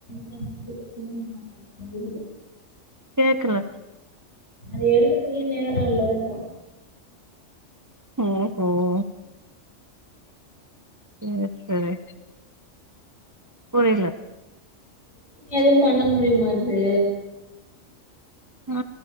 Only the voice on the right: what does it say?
கேக்கல
ஓ ஓ சேர் சரி புரியல
ஆ